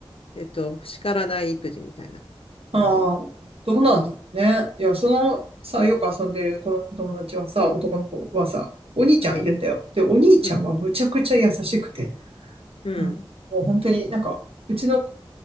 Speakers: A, on the left; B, on the right.
A: えっと、叱らない育児みたいな
B: ああ、
A: 感じ
B: どうなんだろうね。いや、その、さ、よく遊んでる子供の友達はさ、男の子はさ、お兄ちゃんいるんだよ。
A: うん、
B: で、お兄ちゃんはむちゃくちゃ優しくて、
A: うん、うん、
B: あのもう本当になんか、うちのこ